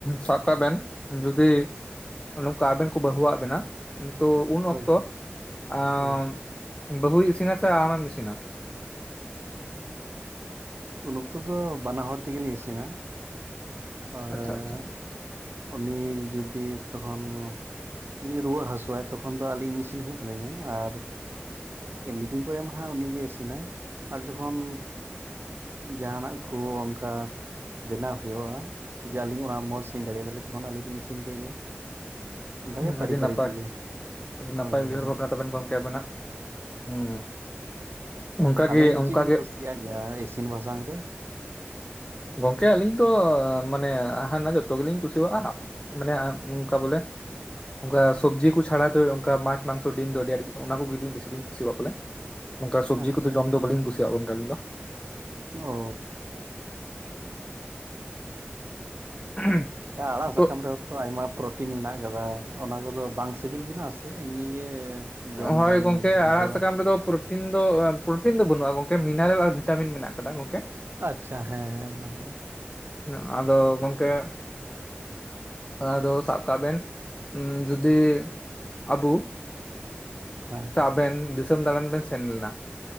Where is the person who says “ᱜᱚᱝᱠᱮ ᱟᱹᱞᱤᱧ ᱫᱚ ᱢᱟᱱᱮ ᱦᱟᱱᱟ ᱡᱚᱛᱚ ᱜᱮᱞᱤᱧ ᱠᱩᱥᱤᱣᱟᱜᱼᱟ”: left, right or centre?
Left